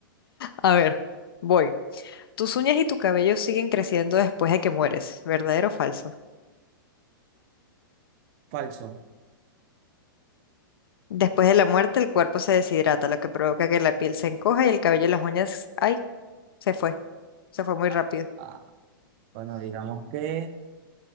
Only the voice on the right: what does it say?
Falso.
Ah,
ah. Bueno, digamos que